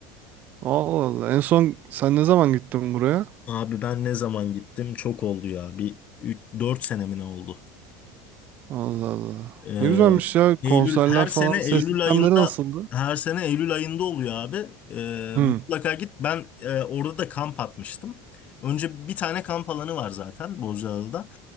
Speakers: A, on the right (about 45°); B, on the left (about 40°).
A: Allah Allah. En son sen ne zaman gittin buraya?
B: Abi ben ne zaman gittim? Çok oldu ya. Bir 4 sene mi ne oldu?
A: Allah Allah.
B: Ee,
A: Ne güzelmiş ya.
B: Eylül
A: Konserler
B: her
A: falan.
B: sene
A: Ses
B: Eylül
A: sistemleri
B: ayında
A: nasıldı?
B: her sene Eylül ayında oluyor abi. Ee,
A: Hı.
B: mutlaka git. Ben e, orada da kamp atmıştım. Önce bir tane kamp alanı var zaten Bozcaada'da.